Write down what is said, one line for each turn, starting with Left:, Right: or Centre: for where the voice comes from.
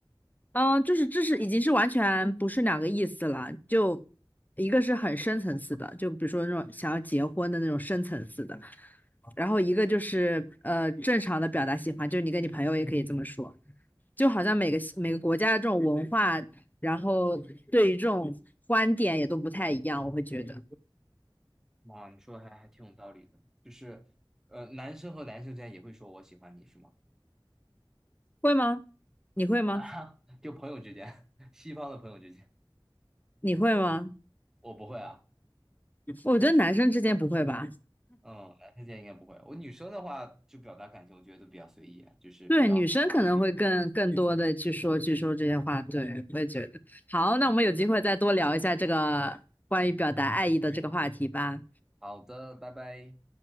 Left: 嗯，就是这是已经是完全不是两个意思了，就一个是很深层次的，就比如说那种想要结婚的那种深层次的，然后一个就是呃正常的表达喜欢，就是你跟你朋友也可以这么说。就好像每个每个国家的这种文化，然后对于这种观点也都不太一样，我会觉得
Centre: 哇，你说的还还挺有道理的，就是，呃，男生和男生之间也会说我喜欢你是吗？
Left: 会吗？你会吗？
Centre: <laughs> 啊，就朋友之间，<laughs> 西方的朋友之间，
Left: 你会吗？
Centre: 我不会啊，
Left: 我觉得男生之间不会吧。
Centre: 嗯，男生之间应该不会。我女生的话，就表达感情，我觉得都比较随意啊就是比较不是随意。
Left: 对，女生可能会更更多的去说去说这些话，对，我也觉得。好，
Centre: 嗯，
Left: 那我们有机会再多聊一下这个关于表达爱意的这个话题吧。
Centre: 好的，拜拜。